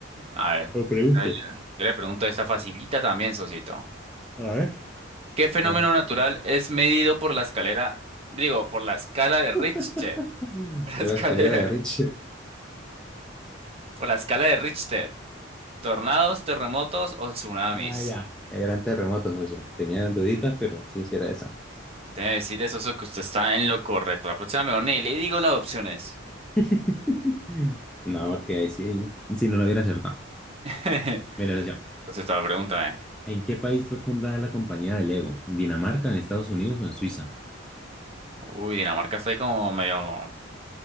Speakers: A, on the right; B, in the centre.
A: A ver,
B: Lo pregunte.
A: a ver, yo yo le pregunto esta facilita también, Sosito.
B: A ver.
A: ¿Qué fenómeno
B: Hola,
A: natural es medido por la escalera, digo, por la escala de
B: <laughs>
A: Richter? <laughs> Por
B: la
A: la escalera,
B: escalera de Richard.
A: por la escala de Richter. ¿Tornados, terremotos o tsunamis?
B: Ah, ya. El gran terremoto, socio. Tenía duditas, pero sí, sí era esa.
A: Debe decirle, Soso, que usted está en lo correcto. La próxima mejor ni le digo las opciones.
B: <laughs> No, porque ahí sí, sí no lo hubiera acertado.
A: <laughs> Entonces
B: Mira, socio,
A: Sosito, pregúntame.
B: ¿en qué país fue fundada la compañía de Lego? ¿En Dinamarca, en Estados Unidos o en Suiza?
A: Uy, Dinamarca está ahí como medio,